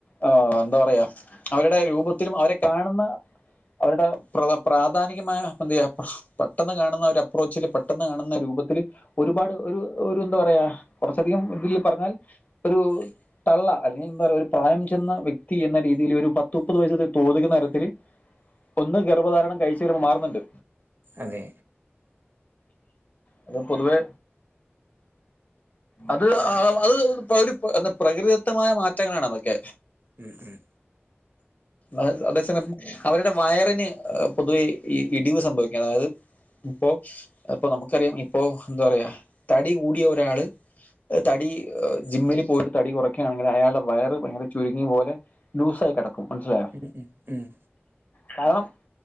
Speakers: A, on the left; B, on the right.
A: ആ എന്താ പറയാ അവരുടെ രൂപത്തിലും അവരെ കാണുന്ന അവരുടെ പ്ര പ്രാഥാനികമായ ന്തയ്യാ പെട്ടെന്ന് കാണുന്ന ഒരു അപ്രോച്ചില് പെട്ടെന്ന് കാണുന്ന രൂപത്തില് ഒരുപാട് ഒരു ഒരു ന്താ പറയാ കുറച്ചധികം ഇതിൽ പറഞ്ഞാൽ ഒരു തള്ള അല്ലെങ്കിൽ ന്താ പറയ ഒരു പ്രായം ചെന്ന വ്യക്തി എന്ന രീതിയിൽ ഒരു പത്ത് മുപ്പത് വയ <unintelligible> തരത്തിൽ ഒന്ന് ഗർഭധാരണം കഴിച് വരുമ്പോ മാറുന്നുണ്ട്!
B: അതെ
A: <inaudible> അത് പൊതുവെ അത് അ അ അത് ഒ പ്ര ന്താ പ്രകൃതിദത്തമായ മാറ്റങ്ങളാണ് അതൊക്കെ!
B: ഉം ഉം
A: അ അ അതേസമയം അവരുടെ വയറിന് പൊതുവെ ഇടിവ് സംഭവിക്കാ അതായത്, ഇപ്പോ ഇപ്പൊ നമുക്കറിയാം ഇപ്പോ എന്താ പറയാ തടി കൂടിയ ഒരാള്, തടി ജിമ്മിൽ പോയി തടി കുറക്കണെങ്കിൽ അയാളുടെ വയറ് ഭയങ്കര ചുരുങ്ങിയ പോലെ ലൂസായി കിടക്കും മനസ്സിലായേ?
B: ഉം ഉം
A: കാരണം